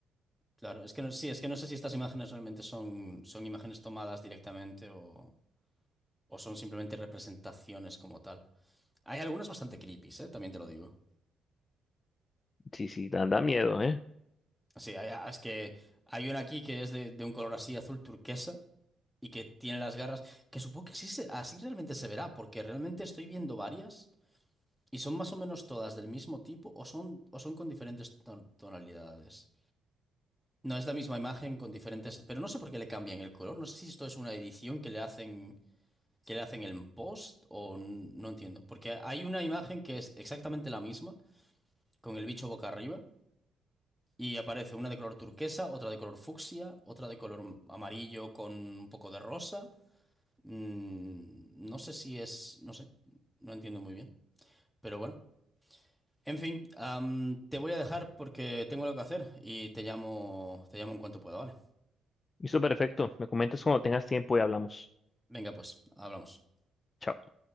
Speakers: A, in the centre; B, on the left.
A: Claro, es que no, sí, es que no sé si estas imágenes realmente son, son imágenes tomadas directamente o, o son simplemente representaciones como tal. Hay algunas bastante creepy, ¿eh? También te lo digo.
B: Sí, sí, da, da miedo, ¿eh?
A: Sí, hay- ah, es que hay una aquí que es de, de un color así azul turquesa y que tiene las garras, que supongo que así, se- así realmente se verá, porque realmente estoy viendo varias. ¿Y son más o menos todas del mismo tipo o son, o son con diferentes ton- tonalidades? No, es la misma imagen con diferentes... Pero no sé por qué le cambian el color. No sé si esto es una edición que le hacen, que le hacen en post o n- no entiendo. Porque hay una imagen que es exactamente la misma, con el bicho boca arriba, y aparece una de color turquesa, otra de color fucsia, otra de color amarillo con un poco de rosa. Mm, no sé si es... No sé. No entiendo muy bien. Pero bueno. En fin, am, te voy a dejar porque tengo algo que hacer y te llamo, te llamo en cuanto pueda, ¿vale?
B: Listo, perfecto. Me comentas cuando tengas tiempo y hablamos.
A: Venga, pues, hablamos.
B: Chao.